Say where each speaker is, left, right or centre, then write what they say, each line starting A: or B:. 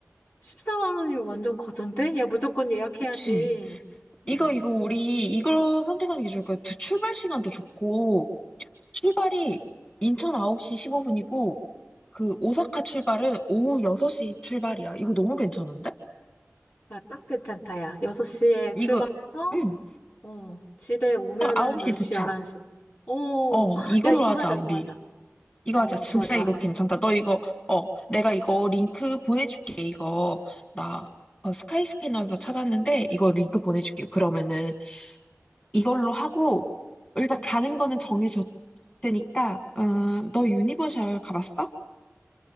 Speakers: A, on the left; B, on the left.
A: 14만 원이면 완전 거전데? 야, 무조건 예약해야지.
B: 그치? 이거
A: 응,
B: 이거 우리 이걸 선택하는 게 좋을 거야. 두- 출발 시간도 좋고 출발이 인천 9시 15분이고 그 오사카 출발은 오후 6시 출발이야. 이거 너무 괜찮은데?
A: 아, 딱 괜찮다, 야. 6시에 출발해서,
B: 이거 음,
A: 어, 집에 오면은
B: 딱 9시
A: 10시,
B: 도착.
A: 11시. 어,
B: 어, 이걸로
A: 야, 이거
B: 하자,
A: 하자,
B: 우리.
A: 이거 하자.
B: 이거
A: 어,
B: 하자. 진짜
A: 좋아, 좋아.
B: 이거 괜찮다. 너 이거, 어, 내가 이거 링크 보내줄게. 이거, 나, 어, 스카이 스캐너에서 찾았는데, 이거 링크 보내줄게. 그러면은, 이걸로 하고, 일단 가는 거는 정해졌으니까, 어, 너 유니버셜 가봤어?